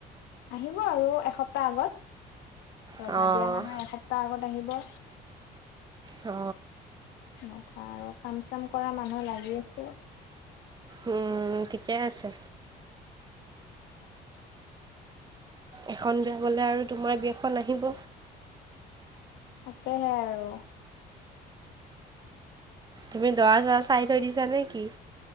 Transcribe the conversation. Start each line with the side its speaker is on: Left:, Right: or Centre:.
Left: আহিব আৰু এসপ্তাহ আগত। ৰভা
Right: অঁ
Left: দিয়া মানুহ এসপ্তাহ আগত আহিব।
Right: অ।
Left: এনেকুৱা আৰু কাম-চাম কৰা মানুহ লাগি আছে।
Right: উম, ঠিকে আছে। এখন বিয়া বলে আৰু তোমাৰ বিয়াখন আহিব।
Left: তাকেহে আৰু।
Right: তুমি দৰা, চৰা, চাই থৈ দিছা নেকি।